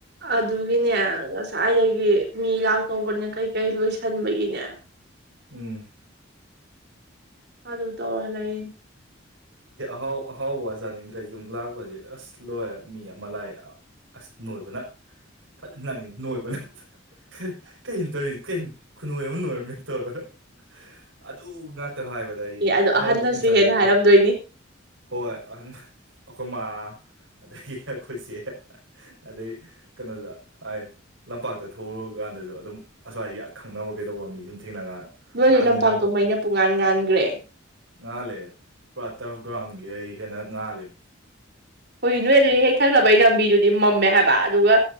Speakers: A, on the right; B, on the right.
A: ꯑꯗꯨꯒꯤꯅꯦ ꯉꯁꯥꯏꯗꯒꯤ ꯃꯤ ꯂꯥꯛꯇꯧꯕꯅꯦ ꯀꯩꯀꯩ ꯂꯣꯏꯁꯟꯕꯒꯤꯅꯦ
B: ꯎꯝ
A: ꯑꯗꯨ ꯇꯧꯔ ꯂꯩꯅꯦ
B: ꯍꯥꯎ ꯍꯥꯎ ꯋꯥꯖꯅꯤꯡꯒ ꯑꯗꯩ ꯌꯨꯝ ꯂꯥꯛꯄꯁ ꯑꯁ ꯂꯣꯏꯔꯦ ꯃꯤ ꯑꯃ ꯂꯥꯏ ꯑꯁ ꯅꯣꯏꯕꯅ ꯅ ꯅꯣꯏꯕꯅꯦ ꯀ ꯀꯩꯅ ꯇꯧꯔꯤ ꯀ ꯈꯨꯅꯣꯏ ꯑꯃ ꯂꯣꯏꯔꯝꯃꯦꯅ ꯇꯧꯔꯒ ꯑꯗꯨ ꯉꯥꯛꯇ ꯍꯥꯏꯕꯗ ꯑꯩ
A: ꯑꯦ ꯑꯗꯣ
B: ꯑꯍꯥꯎꯕꯣꯡ
A: ꯑꯍꯟꯅꯁꯨ
B: ꯆꯥꯅꯤꯡꯗ꯭ꯔꯦ
A: ꯍꯦꯟꯅ ꯍꯥꯏꯔꯝꯗꯣꯏꯅꯤ
B: ꯍꯣꯏ ꯑꯩꯈꯣꯏ ꯃꯥ ꯑꯗꯩ ꯑꯩꯈꯣꯏꯁꯦ ꯑꯗꯩ ꯀꯩꯅꯣꯗ ꯂꯝꯄꯥꯛꯇ ꯊꯣꯛꯂꯨꯔꯒ ꯀꯥꯟꯗꯁꯨ ꯑꯗꯨꯝ ꯑꯁ꯭ꯋꯥꯏꯒꯤ ꯑ ꯈꯪꯅꯕ ꯀꯩꯗꯧꯕ ꯃꯤ ꯁꯨꯝ ꯊꯦꯡꯅ ꯀꯥꯟꯗ
A: ꯅꯣꯏꯗꯨ
B: ꯉꯔꯥꯡ
A: ꯂꯝꯄꯥꯛꯇꯣ
B: ꯅꯨꯃꯤꯗꯥꯡ ꯊꯣꯛꯄꯩ
A: ꯃꯩꯅ ꯄꯨꯡꯉꯥꯟ ꯉꯥꯟꯈ꯭ꯔꯦ
B: ꯉꯥꯜꯂꯦ ꯄꯨꯥ ꯇꯔꯐ ꯒ꯭ꯔꯥꯎꯟꯒꯤ ꯑꯩ ꯍꯦꯟꯅ ꯉꯥꯜꯂꯤꯦꯕ
A: ꯍꯣꯏ ꯅꯣꯏ ꯑꯗꯨ ꯍꯦꯛ ꯊꯛꯅꯕꯒꯤ ꯂꯝꯕꯤꯗꯨꯗꯤ ꯃꯝꯃꯦ ꯍꯥꯏꯕ ꯑꯗꯨꯒ